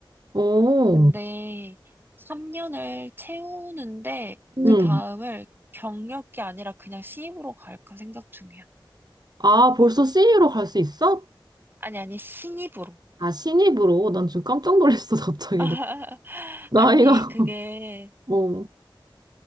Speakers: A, on the right; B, on the right.
A: 오,
B: 근데 3년을 채우는데
A: 응.
B: 그 다음을 경력이 아니라 그냥 신입으로 갈까 생각 중이야.
A: 아, 벌써 신입로갈 수 있어?
B: 아니, 아니, 신입으로.
A: 아, 신입으로? 난 지금 깜짝 놀랐어, <laughs> 갑자기.
B: <laughs>
A: 너. 나이가,
B: 아니,
A: <laughs>
B: 그게,
A: 어.